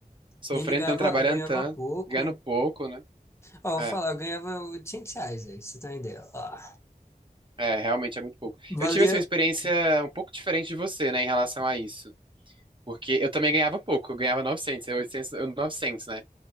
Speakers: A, on the right (about 35°); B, on the left (about 15°).
A: Sofrendo
B: E ainda ganhava,
A: tanto, trabalhando
B: ganhava
A: tanto,
B: pouco.
A: ganhando pouco, né?
B: Ó, eu
A: É,
B: vou falar, eu ganhava 800 reais, aí, pra você ter uma ideia. Ó,
A: é, realmente é muito pouco.
B: valia.
A: Eu tive assim, uma experiência um pouco diferente de você, né, em relação a isso. Porque eu também ganhava pouco, eu ganhava 900, eu 800, eu 900, né?